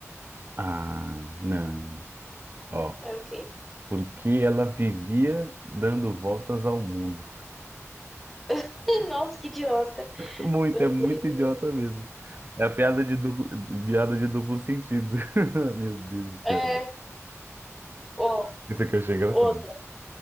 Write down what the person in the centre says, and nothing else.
É o quê?
<laughs> Nossa, que idiota.
Meu
Deus.
É, ó,
outra.